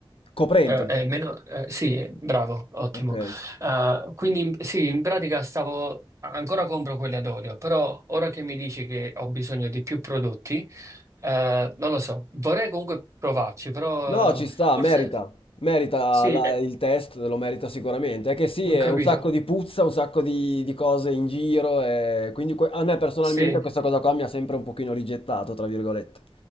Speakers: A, on the left; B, on the right.
A: Coprente,
B: eh, eh, meno, eh, sì, eh, bravo, ottimo.
A: ok.
B: Eh, quindi in- sì, in pratica stavo ancora compro quelle ad olio, però ora che mi dici che ho bisogno di più prodotti, eh, non lo so, vorrei comunque provarci, però
A: No, ci
B: eh,
A: sta,
B: forse
A: merita. Merita
B: sì,
A: la-
B: eh,
A: il test, lo merita sicuramente. È che sì,
B: ho
A: è
B: capito,
A: un sacco di puzza, un sacco di, di cose in giro e quindi que- a me personalmente
B: sì,
A: questa cosa qua mi ha sempre un pochino rigettato, tra virgolette.